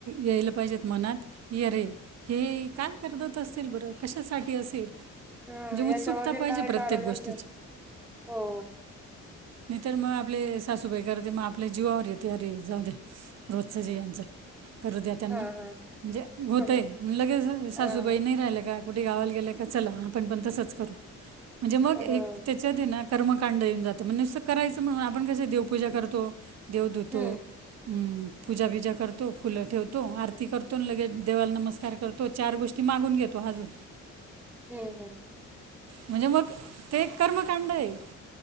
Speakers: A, on the right; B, in the centre.
A: यायला पाहिजेत मनात की अरे हे काय करत असतील बरं कशासाठी असेल म्हणजे
B: हा याच्या
A: उत्सुकता
B: मागे
A: पाहिजे
B: काय
A: प्रत्येक
B: कारण
A: गोष्टीची
B: असेल हो
A: नाहीतर मग आपले सासूबाई करते मग आपल्या जीवावर येते अरे जाऊदे रोजचजे यांचं करू द्या त्यांना
B: हा हा
A: म्हणजे होतय
B: ह
A: लगेच सासूबाई
B: हा
A: नाही राहिल्या का कुठे गावाला गेल्या का चला आपण पण तसंच करू म्हणजे मग एक
B: हो
A: त्याच्याते ना कर्मकांड येऊन जातं म्हणजे करायचं म्हणून आपण कस देवपूजा करतो. देव धुतो
B: हम्म
A: हम्म पूजाबिजा करतो, फुलं ठेवतो, आरती
B: हम्म
A: करतो न लगेच देवाला नमस्कार करतो चार गोष्टी मागून घेतो अजून
B: हम्म हम्म
A: म्हणजे मग ते कर्मकांडय.